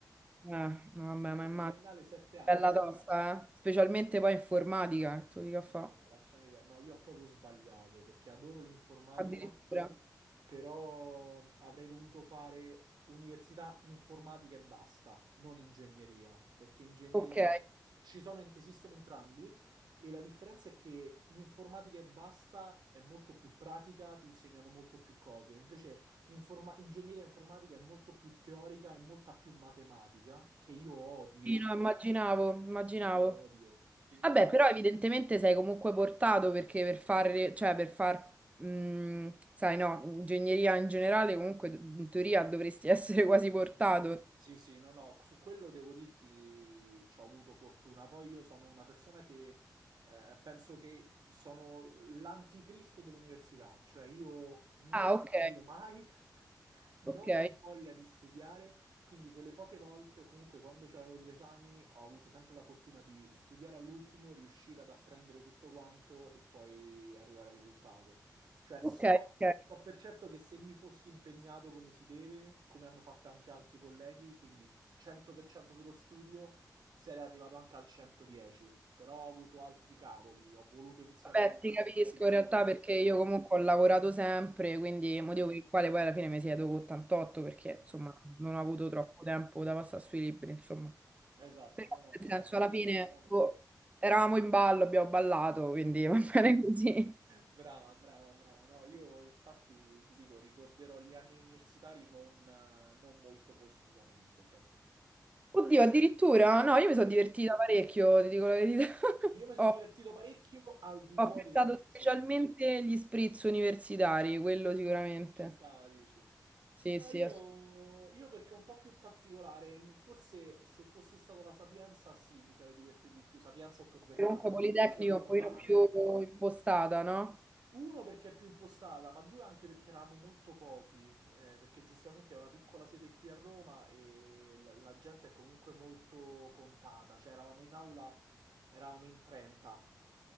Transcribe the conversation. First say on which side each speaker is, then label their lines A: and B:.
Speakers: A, on the right; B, on the right.
A: Eh, no, vabbè,
B: Una
A: ma immagino.
B: triennale, sette anni.
A: Bella tosta, eh? Specialmente poi informatica, che tu dica
B: Mamma
A: fa.
B: mia, lasciami perdere. No, io ho proprio sbagliato perché adoro l'informatica,
A: Addirittura.
B: però avrei dovuto fare università informatica e basta, non ingegneria, perché ingegneria,
A: Ok.
B: cioè, ci sono, esistono entrambi e la differenza è che informatica e basta è molto più pratica, ti insegnano molto più cose, invece informa- ingegneria informatica è molto più teorica e molta più matematica, che io odio,
A: Sì, no, immaginavo, immaginavo.
B: che io odio. Quindi...
A: Vabbè, però evidentemente sei comunque portato perché per fare, cioè per far, mh, sai, no, ingegneria in generale comunque in teoria dovresti <laughs> essere quasi portato.
B: Sì, sì, no, no, su quello devo dirti ci ho avuto fortuna. Poi io sono una persona che eh, penso che sono l'anticristo dell'università, cioè io non
A: Ah,
B: studio
A: ok,
B: mai, <laughs> non
A: ok,
B: ho voglia di studiare, quindi quelle poche volte o comunque quando avevo gli esami ho avuto sempre la fortuna di studiare all'ultimo, riuscire ad apprendere tutto quanto e poi arrivare al risultato. Cioè so
A: ok, ok.
B: So per certo che se mi fossi impegnato come si deve, come hanno fatto anche altri colleghi, quindi 100% sullo studio, sarei arrivato anche al 110. Però ho avuto altri cavoli, ho voluto iniziare
A: Vabbè,
B: a lavorare,
A: ti capisco
B: infatti lavoro
A: in realtà
B: allo stesso
A: perché io
B: tempo.
A: comunque ho lavorato sempre, quindi
B: Eh,
A: il motivo per il quale poi alla fine mi siedo con 88 perché
B: certo,
A: insomma non
B: certo.
A: ho avuto troppo tempo da passare sui libri, insomma.
B: Esatto,
A: Però
B: no, no,
A: nel
B: ma
A: senso
B: ti
A: alla
B: dico
A: fine
B: la verità proprio...
A: boh, eravamo in ballo, abbiamo ballato, quindi
B: <laughs>
A: <laughs> va bene così.
B: Brava, brava, brava. No, io infatti ti dico, ricorderò gli anni universitari non, eh, non molto positivamente, cioè non...
A: Oddio, addirittura? No, io mi sono
B: Sì,
A: divertita parecchio, ti dico la verità. <laughs>
B: Io mi sono
A: Ho,
B: divertito parecchio al di fuori
A: ho pensato
B: dell'università.
A: specialmente agli spritz universitari, quello sicuramente.
B: Ci stava, dici.
A: Sì,
B: No,
A: sì,
B: io,
A: assolutamente.
B: io perché è un po' più particolare, forse se fossi stato alla Sapienza, sì, mi sarei divertito di più. Sapienza o Tor Vergata,
A: Comunque
B: un'università
A: Politecnico
B: normale,
A: è un pochino più
B: eh.
A: impostata, no?
B: Uno perché è più impostata, ma due anche perché eravamo molto pochi, eh, perché giustamente è una piccola sede qui a Roma e la, la gente è comunque molto contata, cioè eravamo in aula, eravamo in 30